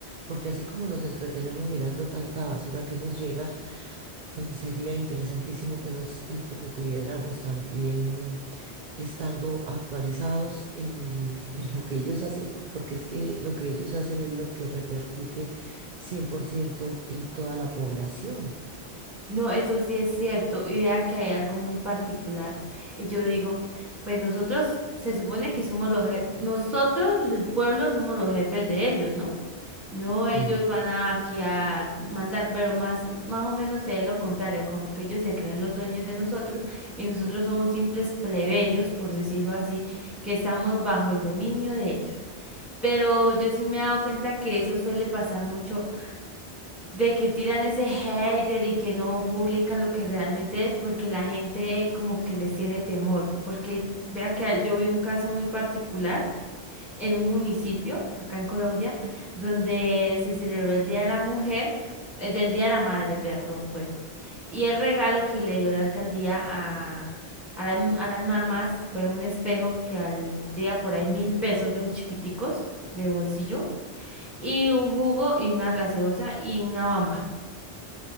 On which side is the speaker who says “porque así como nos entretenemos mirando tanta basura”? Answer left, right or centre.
Right